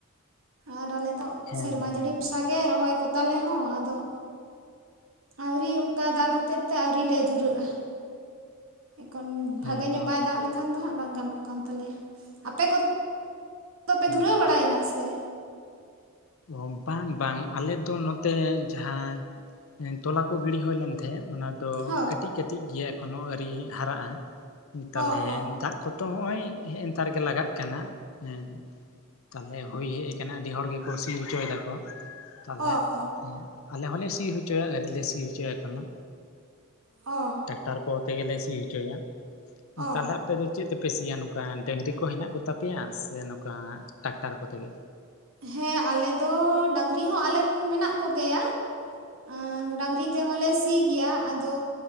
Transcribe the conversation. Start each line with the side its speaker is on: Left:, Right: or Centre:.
Right: ᱟᱨ ᱟᱞᱮ ᱫᱚ
Left: ᱦᱮᱸ
Right: ᱥᱮᱨᱢᱟ
Left: ᱦᱮᱸ
Right: ᱡᱟᱹᱲᱤ ᱵᱚᱨᱥᱟ ᱜᱮ ᱨᱚᱦᱚᱭ ᱠᱚᱛᱟᱞᱮ ᱦᱚᱸ ᱟᱫᱚ ᱟᱣᱨᱤ ᱚᱝᱠᱟ ᱫᱟᱜ ᱦᱚᱛᱮᱡ ᱛᱮ ᱟᱣᱨᱤ ᱞᱮ ᱫᱷᱩᱨᱟᱹᱜ-ᱟ᱾ ᱮᱠᱷᱚᱱ ᱵᱷᱟᱜᱮ
Left: ᱦᱮᱸ
Right: ᱧᱚᱜ
Left: ᱛᱚ
Right: ᱵᱟᱭ ᱫᱟᱜ ᱞᱮᱠᱷᱟᱱ ᱫᱚ ᱦᱟᱸᱜ ᱵᱟᱝ ᱜᱟᱱᱚᱜ ᱠᱟᱱ ᱛᱟᱞᱮᱭᱟ, ᱟᱯᱮ ᱠᱚ ᱟᱫᱚᱯᱮ
Left: ᱦᱮᱸ
Right: ᱫᱷᱩᱨᱟᱹᱣ ᱵᱟᱲᱟᱭ ᱱᱟᱥᱮ?
Left: ᱚ ᱵᱟᱝ ᱵᱟᱝ ᱟᱞᱮ ᱫᱚ ᱱᱚᱛᱮ ᱡᱟᱦᱟᱸ ᱛᱚᱞᱟ ᱠᱚ ᱜᱤᱲᱤ ᱦᱩᱭ ᱞᱮᱱ ᱛᱟᱦᱮᱸᱫ ᱚᱱᱟ ᱫᱚ
Right: ᱦᱳᱭ
Left: ᱠᱟᱹᱴᱤᱡ ᱠᱟᱹᱴᱤᱡ ᱜᱮᱭᱟ ᱮᱠᱷᱚᱱᱳ ᱟᱹᱣᱨᱤ ᱦᱟᱨᱟᱜ-ᱟ, ᱛᱟᱦᱞᱮ
Right: ᱚ ᱚ
Left: ᱫᱟᱜ ᱠᱚᱛᱚ ᱦᱚᱸᱜ-ᱚᱭ ᱦᱮᱜ-ᱮ ᱱᱮᱛᱟᱨ ᱜᱮ ᱞᱟᱜᱟᱜ ᱠᱟᱱᱟ ᱦᱮᱸ ᱛᱟᱞᱦᱮ ᱦᱩᱭ ᱦᱮᱡ ᱠᱟᱱᱟ ᱟᱹᱰᱤ ᱦᱚᱲ ᱜᱮᱠᱚ ᱥᱤ ᱦᱚᱪᱚᱭ ᱫᱟᱠᱚ, ᱛᱟᱞᱦᱮ
Right: ᱚ ᱚ
Left: ᱦᱩᱸ ᱟᱞᱮ ᱦᱚᱸᱞᱮ ᱥᱤ ᱦᱚᱪᱚᱭᱟ ᱟᱹᱣᱨᱤ ᱞᱮ ᱥᱤ ᱦᱚᱪᱚᱭᱟ ᱮᱠᱷᱚᱱᱳ᱾
Right: ᱚ᱾
Left: ᱴᱟᱠᱴᱟᱨ ᱠᱚ ᱛᱮᱜᱮ ᱞᱮ ᱥᱤ ᱦᱚᱪᱚᱭᱟ᱾ ᱛᱟᱞᱦᱮ
Right: ᱚ
Left: ᱟᱯᱮ ᱫᱚ ᱪᱮᱫ ᱛᱮᱯᱮ ᱥᱤᱭᱟ ᱱᱚᱝᱠᱟ ᱰᱟᱝᱨᱤ ᱠᱚ ᱦᱮᱱᱟᱜ ᱠᱚᱛᱟ ᱯᱮᱭᱟ ᱥᱮ ᱱᱚᱝᱠᱟ ᱴᱟᱠᱴᱟᱨ ᱠᱚᱛᱮᱜᱮ?
Right: ᱦᱮᱸ ᱟᱞᱮ ᱫᱚ ᱰᱟᱝᱨᱤ ᱦᱚᱸ ᱟᱞᱮ ᱨᱮᱱ ᱢᱮᱱᱟᱜ ᱠᱚᱜᱮᱭᱟ᱾ ᱟ ᱰᱟᱝᱨᱤ ᱛᱮᱦᱚᱸ ᱞᱮ ᱥᱤ ᱜᱮᱭᱟ ᱟᱫᱚ